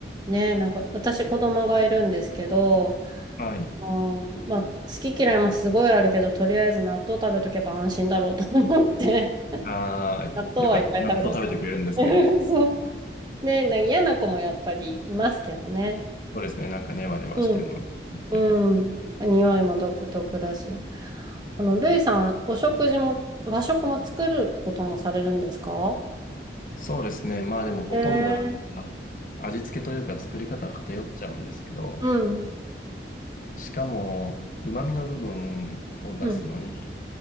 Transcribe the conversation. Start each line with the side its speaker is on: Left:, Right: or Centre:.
Right: ねえ、なんか、私子供がいるんですけど、
Left: はい。
Right: あのまあ、好き嫌いもすごいあるけど、とりあえず納豆食べとけば安心だろうと思って、<laughs>
Left: ああ、
Right: 納豆はいっぱい食べさせてます。
Left: よかった。納豆食べてくれるんですね。
Right: <laughs> そう。ねえ、なんか嫌な子もやっぱりいますけどね。
Left: そうですね。なんかネバネバしてるのを見て。
Right: うんうん。匂いも独特だし。あの、ルイさん、お食事も、和食も作ることもされるんですか
Left: そうですね。まあでもほとんどなんか味付けというか作り方は偏っちゃうんですけど、
Right: えー、うん。
Left: しかも旨味の部分を出すのに、
Right: うん。